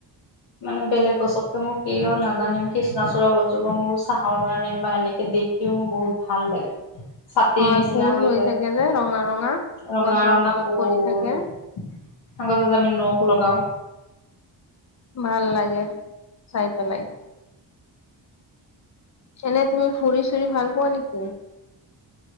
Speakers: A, on the left; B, on the left.
A: মানে বেলেগ গছতকে মই কি আৰু নাজানিম কিষ্ ওচ গছজোপা মোৰ চাহৰ কাৰণে বা এনেকে দেখিও মোৰ বহুত ভাল লাগে। ছাতিৰ
B: হয়
A: নিচিনা
B: ফুল হৈ
A: যায়
B: থাকে যে ৰঙা-ৰঙা
A: ৰঙা
B: গছৰ
A: ৰঙা
B: তলত
A: ফুল
B: পৰি থাকে।
A: <unintelligible> আমি নখ লগাও।
B: ভাল লাগে চাই পেলাই। এনেই তুমি ফুৰি-চুৰি ভাল পোৱা নেকি?